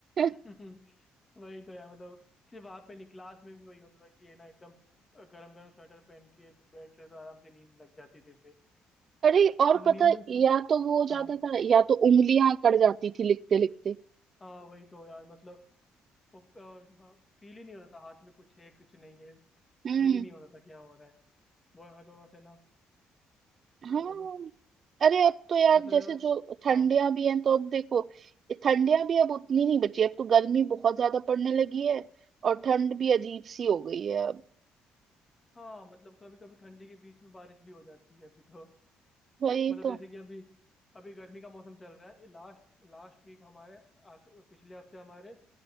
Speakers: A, on the right (about 55°); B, on the left (about 25°).
A: <laughs>
B: <laughs> वही तो यार मतलब सिर्फ वहां पे नहीं क्लास में भी वही होता था कि ये ना एकदम गरम गरम स्वेटर पहन के बैठ रहे तो आराम से नींद लग जाती थी फिर
A: अरे और
B: जैसे
A: पता
B: नींद में
A: या तो वो हो जाता
B: हाँ
A: था या तो उंगलियां अकड़ जाती थी लिखते लिखते
B: हाँ वही तो यार मतलब वो फील ही नहीं होता था हाथ में कुछ है कुछ नहीं है
A: हम्म
B: फील ही नहीं होता था क्या हो रहा है वो हाँ तो बस है ना हाँ
A: हाँ
B: बोलो
A: अरे अब तो यार
B: मतलब
A: जैसे
B: यार
A: जो ठंडियां
B: हाँ
A: भी हैं तो अब देखो ठंडियां भी अब उतनी नहीं बची अब तो गर्मी बहुत ज्यादा पड़ने लगी है और ठंड भी अजीब सी हो गई है अब
B: हाँ मतलब कभी कभी ठंडी के बीच में बारिश भी हो जाती है अभी तो
A: वही
B: मतलब
A: तो
B: जैसे कि अभी अभी गर्मी का मौसम चल रहा है लास्ट लास्ट वीक हमारे आख- पिछले हफ्ते हमारे